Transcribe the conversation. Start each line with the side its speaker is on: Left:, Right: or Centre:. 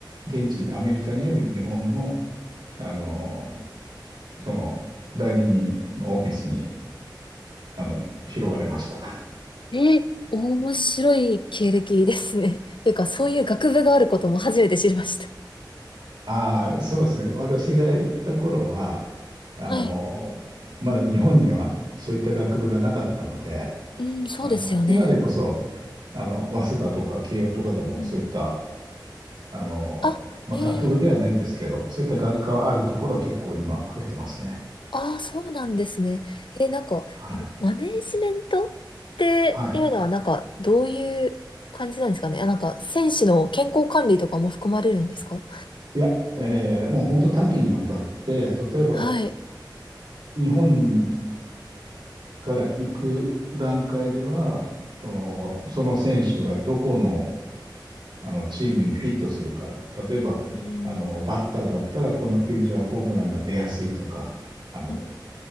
Right: 現地、アメリカにある日本の、あのその代理人のオフィスに、あの拾われました。
Left: えー面白い経歴ですね。<laughs> っていうか、そういう学部があることも初めて知りました。
Right: ああ、そうですね。私が行った頃は、あの、
Left: はい。
Right: まだ日本にはそういった学部がなかったので、
Left: うん、そうですよね。
Right: あの、今でこそ、あの、早稲田とか慶応とかでもそういった、
Left: うん。
Right: あの、
Left: あ、
Right: まあ、
Left: え
Right: 学部ではないんですけど、
Left: ー
Right: そういった学科はあるところは結構今増えてますね。
Left: うんああ、そうなんですね。え、なんか、
Right: はい。
Left: えマネージメントっていうのは、
Right: はい。
Left: なんか、どういう感じなんですかね。あなんか、選手の健康管理とかも含まれるんですか
Right: いや、えーもう本当多岐にわたって、例えば
Left: はい。
Right: 日本にから行く段階では、その、その選手がどこのあの、チームにフィットするか。例えば、
Left: うん、
Right: あの、バッターだったら、この球場はホームランが出やすいとか、あの、
Left: うん、